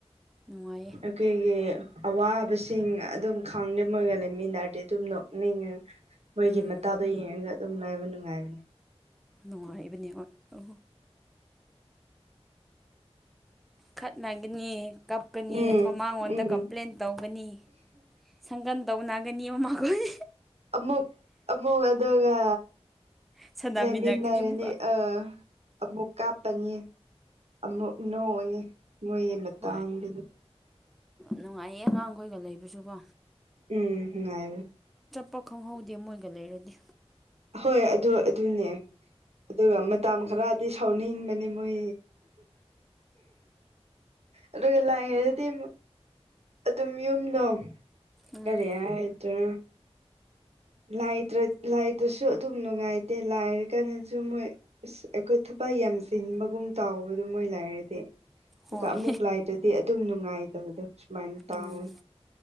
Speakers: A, in the centre; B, on the right.
A: ꯅꯨꯡꯉꯥꯏꯌꯦ
B: ꯑꯩꯈꯣꯏꯒꯤ ꯑꯋꯥꯕꯁꯤꯡ ꯑꯗꯨꯝ ꯈꯥꯡꯗꯃꯒ ꯂꯩꯃꯤꯟꯅꯔꯗꯤ ꯑꯗꯨꯝ ꯅꯣꯛꯅꯤꯡ ꯃꯣꯏꯒꯤ
A: ꯎꯝ
B: ꯃꯇꯥꯗꯣ ꯌꯦꯡꯉꯒ ꯑꯗꯨꯝ ꯂꯥꯏꯕ ꯅꯨꯡꯉꯥꯏꯕꯅꯤ
A: ꯅꯨꯡꯉꯥꯏꯔꯤꯕꯅꯦ ꯍ ꯑ ꯈꯠꯅꯒꯅꯤ ꯀꯞꯀꯅꯤ
B: ꯎꯝ
A: ꯃꯃꯥꯡꯉꯣꯟꯗ
B: ꯎꯝ
A: ꯀꯝꯄ꯭ꯂꯦꯟ ꯇꯧꯒꯅꯤ ꯁꯪꯒꯟ ꯇꯧꯅꯒꯅꯤ ꯃꯃꯥꯈꯣꯏ
B: ꯑꯃ ꯑꯃ ꯑꯦꯗꯒ
A: ꯁꯥꯟꯅꯃꯤꯟꯅꯒꯅꯤ
B: ꯂꯩꯃꯤꯟꯅꯔꯅꯤ
A: ꯑꯃꯨꯛꯀ
B: ꯑ ꯑꯃꯨꯛ ꯀꯥꯞꯄꯅꯤ ꯑꯃꯨꯛ ꯅꯣꯛꯅꯦ ꯃꯣꯏꯒꯤ ꯃꯇꯥꯡꯗꯨꯗ
A: ꯍꯣꯏ ꯅꯨꯡꯉꯥꯏꯌꯦ ꯑꯉꯥꯡꯈꯣꯏꯒ ꯂꯩꯕꯁꯨꯀꯣ
B: ꯎꯝ <inaudible>
A: ꯄ ꯈꯪꯍꯧꯗꯦ ꯃꯣꯏꯒ ꯂꯩꯔꯗꯤ
B: ꯍꯣꯏ ꯑꯗꯨ ꯑꯗꯨꯅꯦ ꯑꯗꯨꯒ ꯃꯇꯝ ꯈꯔꯗꯤ ꯁꯥꯎꯅꯤꯡꯕꯅꯤ ꯃꯣꯏ ꯑꯗꯨꯒ ꯂꯥꯏꯗꯤ ꯑꯗꯨꯝ ꯌꯨꯝꯗꯣ
A: ꯎꯝ
B: ꯀꯔꯤ ꯍꯥꯏꯗ꯭ꯔꯥ ꯉ ꯇ꯭ꯔ ꯇꯁꯨ ꯑꯗꯨꯝ ꯅꯨꯡꯉꯥꯏꯇꯦ ꯂꯥꯏꯔ ꯀꯥꯟꯗꯁꯨ ꯃꯣꯏ ꯑꯩꯈꯣꯏ ꯊꯕꯛ ꯌꯥꯝꯁꯤꯟꯕꯒꯨꯝ ꯇꯥꯎꯕꯗ ꯑꯗꯨ ꯃꯣꯏ ꯂꯥꯏꯔꯗꯤ ꯑꯗꯨꯒ
A: ꯍꯣꯏ
B: ꯑꯃꯨꯛ ꯂꯥꯏꯗ꯭ꯔꯗꯤ ꯑꯗꯨꯝ ꯅꯨꯡꯉꯥꯏꯇꯕꯗꯣ ꯁꯨꯃꯥꯏꯅ ꯇꯥꯎꯋꯤ
A: ꯎꯝ